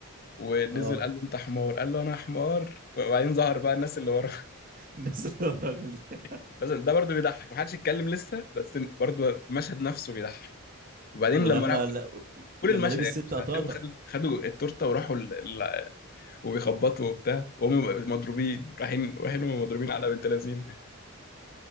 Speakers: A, on the left (about 45°); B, on the right (about 40°).
A: ونزل
B: اه
A: قال له انت حمار قال له انا حمار وبعدين ظهر بقى الناس اللي وراه
B: الناس اللي هو الراجل ده.
A: <laughs> بس ده برضه بيضحك محدش يتكلم لسه بس برضه المشهد نفسه بيضحك وبعدين
B: ولما
A: لما راحوا
B: ل...
A: كل
B: لما
A: المشهد
B: لبس
A: يعني
B: ست
A: بس
B: قطاطه
A: هتلاقيهم خدوا خدوا التورته وراحوا ال... ال... وبيخبطوا وبتاع وهم مضروبين رايحين رايحين هم مضروبين على بنت لذين